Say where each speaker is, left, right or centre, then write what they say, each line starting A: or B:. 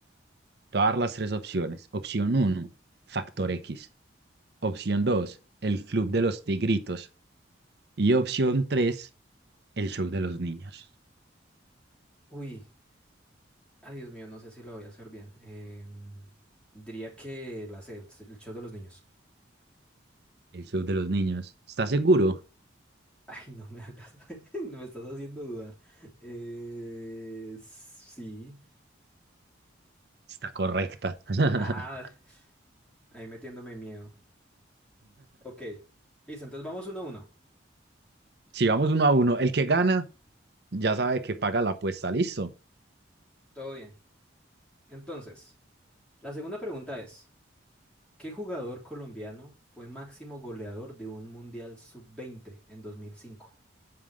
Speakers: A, on the right (about 55°); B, in the centre.
A: Te voy a dar las tres opciones. Opción uno Factor X. Opción 2 El Club de los Tigritos. Y opción 3 El Show de los Niños.
B: Uy, ay Dios mío, no sé si lo voy a hacer bien. Em, diría que la sé, el, el show de los niños.
A: El Show de los Niños. ¿Estás seguro?
B: Ay, no me hagas, <laughs> no me estás haciendo dudar. Eh, sí.
A: Está correcta. <laughs>
B: Ah, ahí metiéndome miedo. Ok, listo, entonces vamos uno a uno.
A: Si vamos uno a uno, el que gana ya sabe que paga la apuesta, listo.
B: Todo bien. Entonces, la segunda pregunta es, ¿qué jugador colombiano fue máximo goleador de un Mundial Sub-20 en 2005?